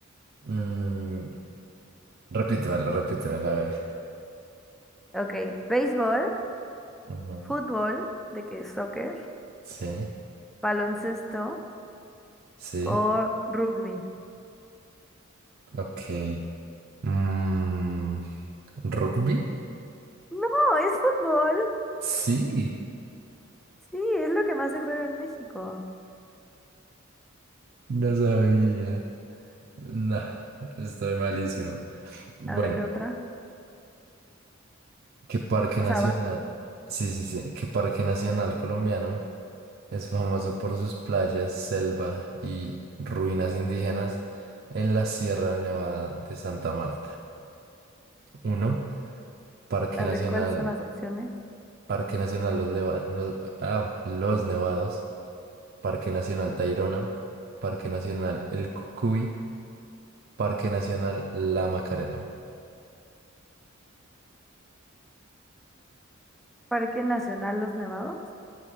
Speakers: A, on the right; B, in the centre.
A: Mm, repítemelo, repítemelo, a ver.
B: Ok, béisbol,
A: Ujú.
B: fútbol, de que es soccer,
A: Sí,
B: baloncesto
A: sí,
B: o rugby.
A: ok. Mm, ¿rugby?
B: No, es fútbol.
A: Sí.
B: Sí, es lo que más se juega en México.
A: No sabía. No, estoy malísimo. Bueno,
B: A ver otra.
A: ¿qué parque
B: O
A: nacional?
B: sea, vas tú.
A: Sí, sí, sí. ¿Qué parque nacional colombiano es famoso por sus playas, selva y ruinas indígenas en la Sierra Nevada de Santa Marta? Uno, Parque
B: A
A: Nacional,
B: ver cuáles son las opciones.
A: Parque Nacional Los, Leva- Los- ah, Los Nevados, Parque Nacional Tayrona, Parque Nacional El Cucuy, Parque Nacional La Macarena.
B: Parque Nacional Los Nevados.